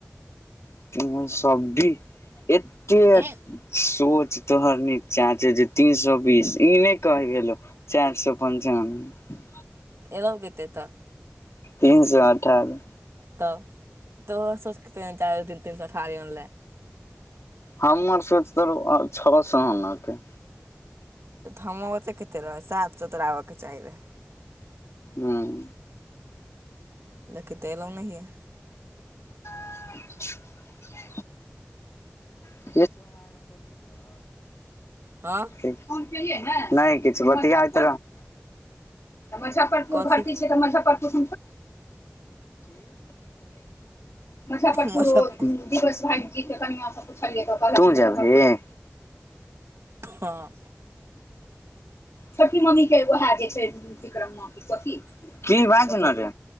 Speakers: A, on the left; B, on the right.
A: तों सब भी एत्तेक
B: ए
A: सोच तोहर नीचा छौ जे तीन सौ बीस ई नहि कहि भेलौ चारि सए पञ्चानबे
B: एलऊ कत्ते तऽ
A: तीन सौ अठार
B: तब तोहर सोच कते नीचा रहौ तीन सए अठारह हे अनलए
A: हमरा सोच तो रहो छह सौ‌ आन' के
B: हम ओते कतेक रह साफ सुथरा आबयके चाही रहै
A: ह्म
B: लेकिन तऽ एलहुँ नहिए
A: <unintelligible> <unintelligible>
B: हँ
A: नहि किछु बतिया त मुजफफरपुर
B: कथी
A: भर्ती छै तऽ मुज्फरप <unintelligible> मुजफ्फरपुर
B: मुजफ्फ
A: ओ दिवस भाय जी के कनिया स तू जेबहि
B: हँ
A: छोटकी मम्मी के उहै जे छै विक्रम्मा की बाज न रे